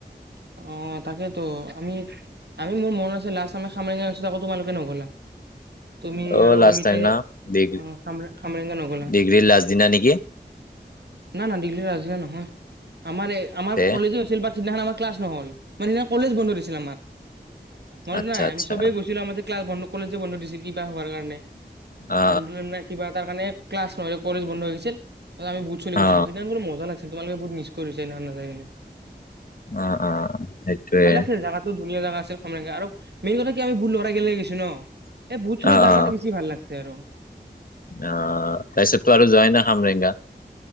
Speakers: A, on the right; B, on the left.
A: অ, তাকেতো আমি আমি মোৰ মনত আছে লাষ্ট আমাৰ খামৰেঙা গৈছিলোঁ আকৌ তোমালোকে নগ'লা। তুমি
B: অ
A: আৰু
B: লাষ্ট
A: মি সে
B: টাইম না ডিগ্ৰী
A: উম, খামৰে - খামৰেঙা নগলা
B: ডিগ্ৰীৰ লাষ্ট দিনা নেকি
A: না -না <unintelligible> আজিয়ে নহয়। আমাৰে আমাৰ
B: তে
A: কলেজো আছিল বাট সিদনাখন আমাৰ ক্লাছ নহ'ল মানে সেদিনা কলেজ বন্ধ দিছিল আমাক। মনত
B: আচ্ছা
A: নাই
B: আচ্ছা
A: আমি চবেই গৈছিলোঁ আমাৰ যে ক্লাছ বন্ধ কলেজ যে বন্ধ দিছিল কিবা হোৱাৰ কাৰণে।
B: অ
A: আন্দোলন ন কিবা এটাৰকানে ক্লাছ নহ যে কলেজ বন্ধ হৈ গৈছিল। ত আমিবহুত চলি
B: অ
A: কৈছিলো
B: অ
A: সেই মা লাগছে তোমালোকে বহুত মিছ কৰিছে ন নাযায় কিনে।
B: অ অ সেইটোয়ে
A: ভাল লাগছিল জোগাতটো ধুনীয়া জেগা আছে খামৰেংগা আৰু মেইন কথা আমিু লৰা কে লৈ গো ন এই ভুত চলি
B: অ অ
A: যাৰ কাৰণে বেছি ভাল লাগছে জেৰো
B: অ তাৰছত টো আৰু যায় না সামৰেংগা।